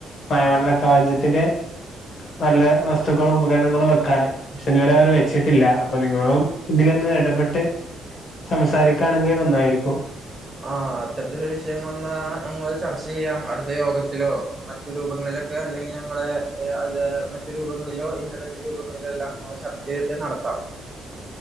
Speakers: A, on the left; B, on the right.
A: മയവെള്ളക്കാചത്തിന്റെ
B: ആഹ്
A: നല്ല വസ്തുക്കളും ഉപകരണങ്ങളും വെക്കാന് പക്ഷെ ഇതുവരെ അവര് വെച്ചിട്ടില്ല അപ്പൊ നിങ്ങളും ഇതിലന്ന് ഇടപെട്ട് സംസാരിക്കാണ്ങ്കി അത് നന്നായിരിക്കും
B: ആ അത്തരത്തില വിഷയങ്ങളൊളാ ഞങ്ങൾ ചർച്ച ചെയ്യാം അടുത്ത യോഗത്തിലോ മറ്റു രൂപങ്ങളിലൊക്കെ അല്ലെങ്കിൽ ഞങ്ങൾ ഏ അത് മറ്റു രൂപങ്ങളിലോ ഇന്റർനെറ്റ് രൂപങ്ങളിലോ എല്ലാം ഞങ്ങൾ ചർച്ച ചെയ്തിട്ട് നടത്താം